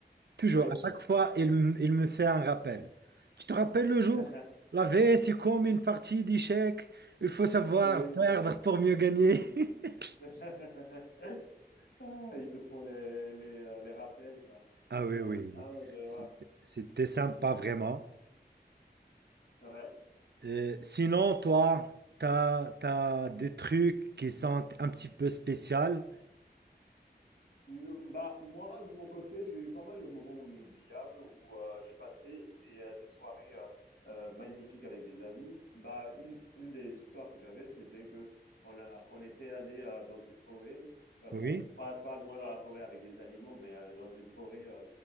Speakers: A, on the right; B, on the left.
A: toujours,
B: Oui,
A: à chaque fois, il, m- il me fait un rappel. Tu te rappelles le
B: <laughs>
A: jour? La vie, c'est comme une partie d'échecs. Il faut savoir
B: oui.
A: perdre pour mieux gagner. <laughs>
B: <laughs> Ah, ils te font les, les, euh, les rappels, quoi,
A: Ah
B: comme
A: oui,
B: ça.
A: oui.
B: Ah ouais, je vois.
A: C'était c'était sympa, vraiment.
B: Ouais.
A: Euh, sinon, toi, t'as, t'as des trucs qui sont un petit peu spéciaux.
B: Non, bah, moi, de mon côté, j'ai eu pas mal de moments inoubliables où euh, j'ai passé des, euh, des soirées euh, euh, magnifiques avec des amis. Bah, une, une des histoires que j'avais, c'était que on a, on était allé euh, dans une forêt, euh,
A: Oui,
B: bon, pas, pas loin dans la forêt avec les animaux, mais euh, dans une forêt euh,